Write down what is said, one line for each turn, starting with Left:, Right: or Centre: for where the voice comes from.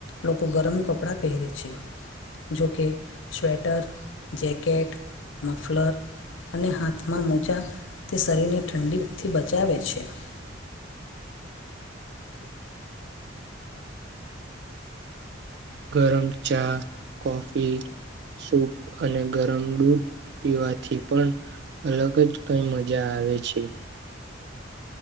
Left: લોકો ગરમ કપડાં પહેરે છે. જોકે સ્વેટર, જેકેટ, મફલર અને હાથમાં મોજા, તે શરીરને ઠંડીથી બચાવે છે. <unintelligible> <inaudible>
Right: ગરમ ચા, કોફી, સૂપ અને ગરમ દૂધ પીવાથી પણ અલગ જ કઈ મજા આવે છે.